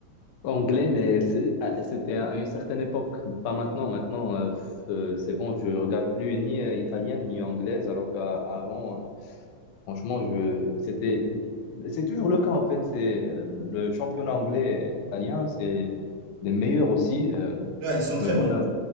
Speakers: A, on the left; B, on the right.
A: Anglais, mais c'est- ah, c'était à une certaine époque, pas maintenant. Maintenant, euh, f- euh, c'est bon, je regarde plus ni euh, italienne ni anglaise, alors qu'avant, euh, franchement, je, c'était, c'est toujours le cas en fait. C'est euh, le championnat anglais et italien, c'est les meilleurs aussi. euh,
B: Ah, ils sont très
A: mais voilà,
B: bons.